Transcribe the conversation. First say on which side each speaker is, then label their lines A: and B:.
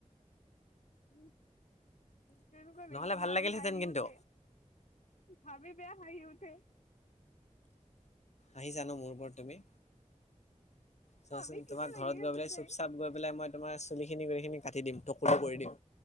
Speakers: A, on the left; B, on the left.
A: উ' তেনেকুৱা লাগিব
B: নহ'লে ভাল
A: ভাবি
B: লাগিলহেঁতেন
A: হাঁহি
B: কিন্তু
A: উঠে ভাবি বেয়া আহ উঠে।
B: আহিছা ন মোৰ ওপৰত তুমি? চোৱাচোন
A: ভাবি কিবা
B: তোমাৰ
A: লাগি
B: ঘৰত
A: আছে
B: গৈ পেলাই
A: তাই
B: চুপ চাপ গৈ পেলাই মই তোমাৰ চুলিখিনি গেইখিনি কাটি দিম টকলো কৰি দিম।